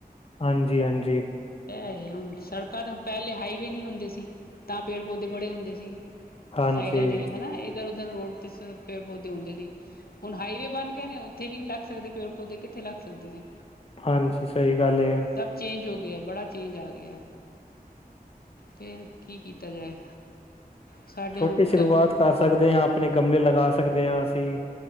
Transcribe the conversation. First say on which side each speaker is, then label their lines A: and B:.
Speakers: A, on the left (about 40°); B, on the left (about 75°).
A: ਹਾਂਜੀ-ਹਾਂਜੀ
B: ਐ ਹੁਣ ਸੜਕਾਂ ਤੇ ਪੈਲੇ ਹਾਈਵੇ ਨੀ ਹੁੰਦੇ ਸੀ ਤਾਂ ਪੇੜ ਪੌਦੇ ਬੜੇ ਹੁੰਦੇ ਸੀ।
A: ਹਾਂਜੀ
B: ਸਾਈਡਾਂ ਦੇ ਵੀ ਹਨਾ ਇੱਧਰ ਉਧਰ ਰੋਡ ਤੇ ਸਿਰਫ਼ ਪੇੜ ਪੌਦੇ ਹੁੰਦੇ ਸੀ। ਹੁਣ ਹਾਈਵੇ ਬਣ ਗਏ ਨੇ ਓਥੇ ਵੀ ਨੀ ਲੱਗ ਸਕਦੇ ਪੇੜ ਪੌਦੇ ਕਿੱਥੇ ਲੱਗ ਸਕਦੇ ਨੇ।
A: ਹਾਂਜੀ ਸਈ ਗੱਲ ਏ।
B: ਸਭ ਚੇਂਜ ਹੋ ਗਿਐ ਬੜਾ ਚੇਂਜ ਆ ਗਿਐ। ਫੇਰ ਕੀ ਕੀਤਾ ਜਾਏ? ਸਾਡੇ
A: ਛੋਟੀ
B: ਹੁਣ
A: ਸ਼ੁਰੂਆਤ
B: ਘ
A: ਕਰ ਸਕਦੇ ਆ ਅਪਣੇ ਗਮਲੇ ਲਗਾ ਸਕਦੇ ਆ ਅਸੀਂ।